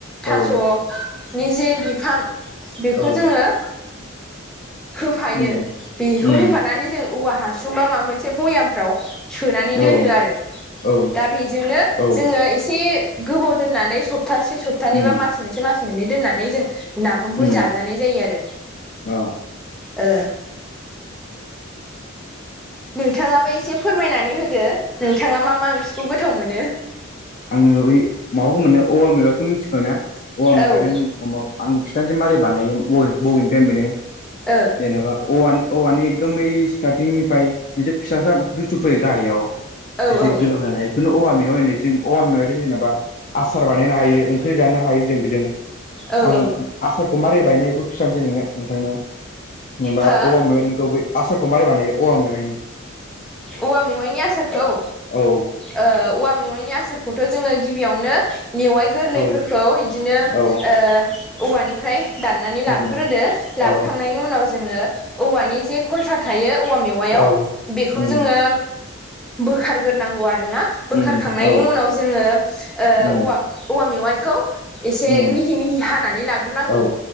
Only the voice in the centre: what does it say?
थास'नि जे बिफां बेखौ
जोंङो होफायो
बेखौ
होफानानै जों औवा हासुं बा माबा मोनसे भयामफ्राव सोनानै
दोनो आरो
दा बेजोंनो
जोंङो एसे गोबाव दोननानै सप्तासे सप्तानै
बा मास मोनसे मास मोननै दोननानै जों नाफामखौ
जाजानाय जायो आरो।
ओ नोंथाङाबो एसे फोरमायनानै होदो? नोंथांङा मा मा ओंख्रिखौ गोथाव मोनो?
औ ओ
ओ
औ
औ
औ
हो
ओवा मेवायनि आसारखौ? ओ
औवा मेवायनि आसारखौथ' जोंङो गिबियावनो मेवाय गोरलैफोरखौ
इदिनो
ओ औवानिफ्राय दाननानै लाबोग्रोदो
लाबोखांनायनि
उनाव जोंङो औवानि जे खलथा थायो औवा मेवायाव
बेखौ
जोंङो बोखारग्रोनांगौ आरोना। बोखारखांनायनि
उनाव जोंङो
ओ औवा मेवायखौ एसे
मिहि-मिहि हानानै लाग्रोनांगौ?